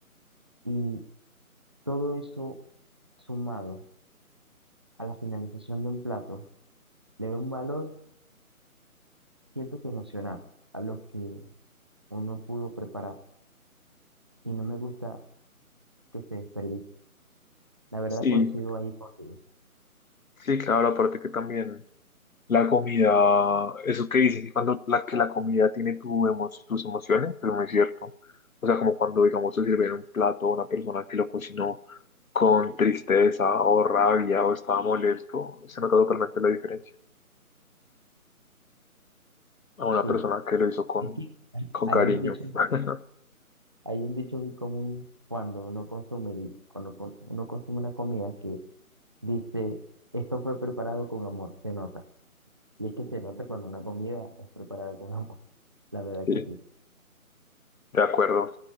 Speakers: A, on the right (about 20°); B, on the left (about 65°).
A: Y Todo eso sumado a la finalización de un plato le da un valor, siento que emocional, a lo que uno pudo preparar y no me gusta que se desperdicie. La verdad
B: Sí,
A: coincido ahí contigo.
B: sí, claro, aparte que también. La comida, eso que dicen que cuando la, que la comida tiene tu emo- tus emociones, es muy cierto. O sea, como cuando, digamos, se sirve en un plato a una persona que lo cocinó con tristeza o rabia o estaba molesto, se nota totalmente la diferencia a una
A: Sí,
B: persona que lo hizo con,
A: Es que
B: con
A: hay
B: cariño.
A: un dicho,
B: <laughs>
A: hay un dicho muy común cuando uno consume, di- cuando con- uno consume una comida que dice, esto fue preparado con amor, se nota. Y es que se nota cuando una comida es preparada con amor. La verdad
B: Sí,
A: que sí,
B: de acuerdo.